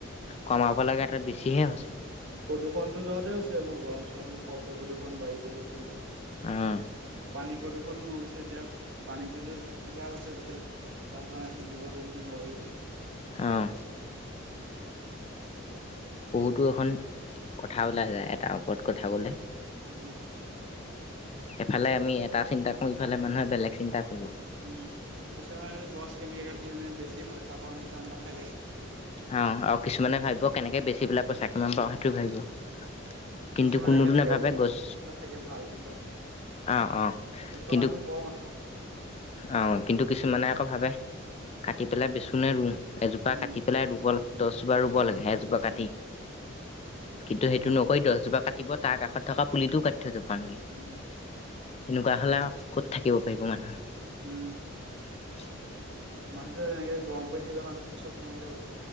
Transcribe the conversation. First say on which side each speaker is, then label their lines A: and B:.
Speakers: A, on the left (about 30°); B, on the right (about 65°).
A: কমাব লাগে এটা বেছিহে হৈছে।
B: প্ৰদূষণতো তহতে হৈছে এইবোৰ গৰম চৰম বোৰ শব্দ প্ৰদূষণ বায়ু প্ৰদূষণটো।
A: অহ।
B: পানী প্ৰদূষণো হৈ গৈছে এতিয়া পানীটোত শুকাই গৈছে গোটেই। তাত মানো জীৱ জন্তু মৰি।
A: অহ। বহুতো এখন কথা ওলাই যায় এটাৰ ওপৰত কথা কলে।
B: উম।
A: এফালে আমি এটা চিন্তা কৰো ইফালে মানুহে বেলেগ চিন্তা কৰে।
B: উম কিছুমান গছ কেনেকে কাটি মানে বেছি পইচা পাওঁ চাজত থাকে।
A: অ, আৰু কিছুমানে ভাবিব কেনেকে বেছি পেলাই পইচা কিমান পাওঁ। স ভাব
B: কিছুমানে
A: কিন্তু কোনোতো
B: কেনেকে
A: নাভাবোবে
B: ধান্দাত
A: গছ।
B: থাকে ভাল ধান্দাত
A: অহ অ
B: তেনেকুৱা
A: কিন্তু।
B: মানুহ কম আকৌ
A: আহ কিন্তু কিছুমানে আকৌ ভাবে কাটি পেলাই বেছোনে ৰুওঁ। এজোপা
B: উম
A: কাটি পেলাই ৰুব দহজোপা ৰুব লাগে এজোপা কাটি।
B: উম
A: কিন্তু সেইটো নকৰি দহজোপা কাটিব তাৰ কাষত থকা পুলিটোও কাটি থৈ যাব আনকি।
B: উম
A: এনেকুৱা হ'লে আৰু ক'ত থাকিব পাৰিব মানুহ।
B: উম।
A: <inaudible>
B: মানুহটো এনেকে গৰম পৰি থাকিলে মানুটো চব মৰি যাব।